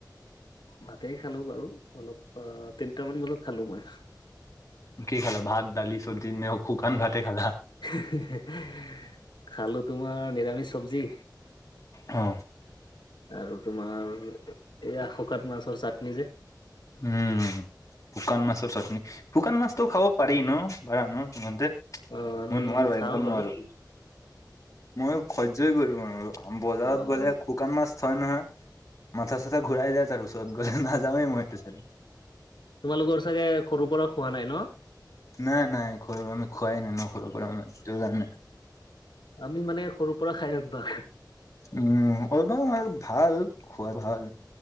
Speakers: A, on the left; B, on the left.
A: ভাতেই খালো বাৰু অলপ, অ তিনটামান বজাত খালো মই।
B: কি খালা? ভাত, দালি, চব্জি এনে শুকান ভাতে খালা?
A: হেহেহে হেহ, খালো তোমাৰ নিৰামিষ চব্জি।
B: অ।
A: আৰু তোমাৰ এইয়া শকাত মাছৰ চাটনি যে।
B: উম শুকান মাছৰ চাটনি, শুকান মাছটোও খাব পাৰি ন, <inaudible> নদীত
A: অ আমি
B: মই নোৱাৰোঁ
A: খাওঁ
B: একদম
A: বাৰু
B: নোৱাৰো। মই সহ্যই কৰিব নোৱাৰো, বজাৰত
A: অ
B: গ'লে
A: অ।
B: শুকান মাছ থয় নহয়, মাথা চাথা ঘূৰাই যায় তাৰ ওচৰত গ'লে নাযাওঁৱেই মই সেওটো চাইডে
A: তোমালোকৰ চাগে সৰুৰ পৰা খোৱা নাই ন?
B: নাই নাই, সৰুৰ পৰা খোৱাই নাই সৰু
A: অ।
B: পৰা আমাৰ <inaudible>
A: আমি মানে সৰুৰ পৰা খাই অভ্যাস।
B: উম হব আৰু ভাল খোৱাৰ ভাল।